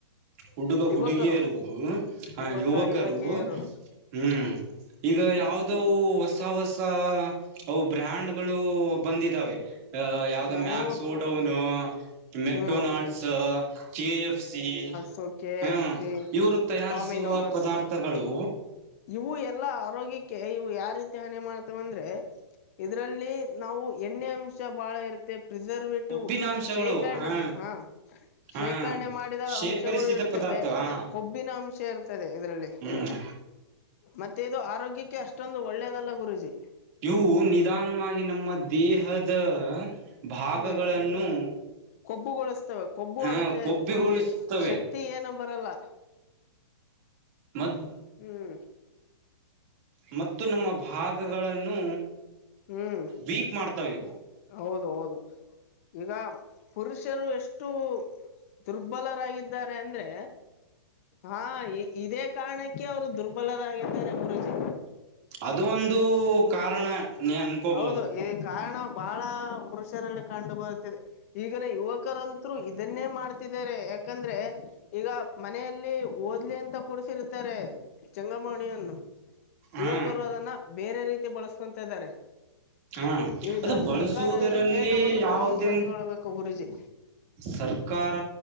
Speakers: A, on the right (about 30°); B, on the left (about 30°).
A: ಹುಡುಗ ಹುಡುಗಿಯರು
B: ಯುವಕರು
A: ಹ
B: ಯುವಕ
A: ಯುವಕರು
B: ಯುವಕಿಯರು
A: ಹ್ಮ್. ಈಗ
B: ಹ್ಮ್
A: ಯಾವ್ದವು ಹೊಸ ಹೊಸ ಅವ. ಬ್ರ್ಯಾಂಡ್ಗಳು ಬಂದಿದ್ದಾವೆ. ಯಾವ್ದೋ
B: ಯಾವು
A: ಮ್ಯಾಕ್ಸ್ ಓಡೌನು McDonald's
B: ಹ್ಮ್
A: K F C.
B: So K
A: ಹ
B: ಎಫ್ ಸಿ
A: ಇವರು ತಯಾರಿಸುವ
B: ಡೊಮಿನೋಸ್.
A: ಪದಾರ್ಥಗಳು
B: ಇವು ಎಲ್ಲಾ ಆರೋಗ್ಯಕ್ಕೆ ಇವು ಯಾ ರೀತಿ ಹಾನಿ ಮಾಡ್ತಾ ವಂದ್ರೆ. ಇದರಲ್ಲಿ ನಾವು ಎಣ್ಣೆ ಅಂಶ ಬಾಳ ಇರುತ್ತೆ. ಪ್ರಿಸರ್ವೇಟಿವ್
A: ಕೊಬ್ಬಿನಾಂಶಗಳು
B: ಶೇಖರಣೆ
A: ಹಾ
B: ಹ
A: ಹಾ
B: ಶೇಖರಣೆ ಮಾಡಿದ
A: ಶೇಖರಿಸಿದ
B: ಅಂಶಗಳು ಇರುತ್ತವೆ.
A: ಪದಾರ್ಥ ಹಾ
B: ಕೊಬ್ಬಿನ ಅಂಶ ಇರ್ತದೆ ಇದರಲ್ಲಿ
A: ಹ್ಮ್
B: ಮ. ತ್ತೆದು ಆರೋಗ್ಯಕ್ಕೆ ಅಷ್ಟೊಂದು ಒಳ್ಳೇದಲ್ಲ ಗುರುಜಿ.
A: ಇವು ನಿಧಾನವಾಗಿ ನಮ್ಮ ದೇಹದ. ಭಾಗಗಳನ್ನು.
B: ಹ್ಮ್ ಕೊಬ್ಬುಗೊಳಿಸ್ತವೆ ಕೊಬ್ಬು
A: ಅಹ
B: ಆಗುತ್ತೆ
A: ಕೊಬ್ಬಿಗೊಳಿಸುತ್ತವೆ
B: ಗುರುಜಿ ಶಕ್ತಿ ಏನು ಬರಲ್ಲ.
A: ಮದ್.
B: ಹ್ಮ್.
A: ಮತ್ತು ನಮ್ಮ ಭಾಗಗಳನ್ನು
B: ಹ್ಮ್
A: ವೀಕ್ ಮಾಡ್ತಾವೆ.
B: ಹೌದು ಹೌದು ಈಗ ಪುರುಷರು ಎಷ್ಟು. ದುರ್ಬಲರಾಗಿದ್ದಾರೆ ಅಂದ್ರೆ ಹಾ ಇದೇ ಕಾರಣ. ಕೆ ಅವ್ರು ದುರ್ಬಲರಾಗಿದ್ದಾರೆ ಗುರುಜಿ.
A: ಅದು ಒಂದು ಕಾರಣ ನೀ ಅನ್ಕೋಬಹುದು
B: ಹೌದು ಈ ಕಾರಣ ಬಹಳ ಪುರುಷರಲ್ಲಿ. ಕಂಡು ಬರುತ್ತಿದೆ ಈಗನ ಯುವಕರಂತ್ರು ಇದನ್ನೇ ಮಾಡ್ತಿದ್ದಾರೆ ಯಾಕಂದ್ರೆ ಈಗ. ಮನೆಯಲ್ಲಿ ಓದ್ಲಿ ಅಂತ ಕೂಡಸಿರ್ತಾರೆ ಚಂಗಮಣಿಯನ್ನು.
A: ಹಾ
B: ಯುವಕರು ಅದನ್ನ ಬೇರೆ ರೀತಿ ಬಳಸ್ಕೊತ ಇದಾರೆ
A: ಹಾ
B: ಈಗ
A: ಅದು ಬಳಸುವುದರಲ್ಲಿ
B: ಸರ್ಕಾರ ಇದ ಕಿರಣವನ್ನು
A: ಯಾವುದೇ
B: ಕ್ರಮ ಕೈಗೊಳ್ಳಬೇಕು ಗುರುಜಿ
A: ಸರ್ಕಾರ